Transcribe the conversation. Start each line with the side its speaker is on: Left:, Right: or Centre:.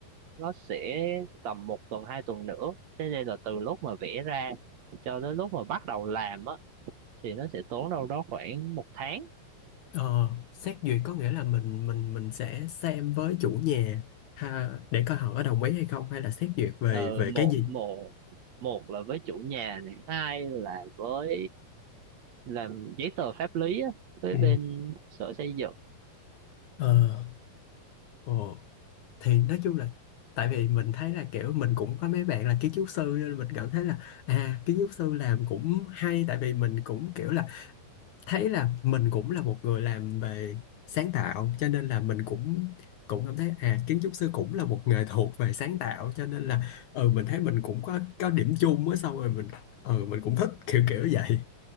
Right: nó sẽ tầm một tuần hai tuần nữa thế nên là từ lúc mà vẽ ra cho đến lúc mà bắt đầu làm á thì nó sẽ tốn đâu đó khoảng một tháng
Left: Ờ, xét duyệt có nghĩa là mình mình mình sẽ xem với chủ nhà ha, để coi họ có đồng ý hay không hay là xét duyệt về
Right: ờ
Left: về
Right: một
Left: cái gì.
Right: một một là với chủ nhà này hai là với làm giấy tờ pháp lý á với
Left: À,
Right: bên sở xây dựng
Left: Ờ, ồ, thì nói chung là tại vì mình thấy là kiểu mình cũng có mấy bạn là kiến trúc sư nên mình cảm thấy là à kiến trúc sư làm cũng hay tại vì mình cũng kiểu là thấy là mình cũng là một người làm về sáng tạo cho nên là mình cũng cũng cảm thấy à kiến trúc sư cũng là một nghề thuộc về sáng tạo cho nên là ừ mình thấy mình cũng có có điểm chung á xong rồi mình ừ mình cũng thích kiểu kiểu vậy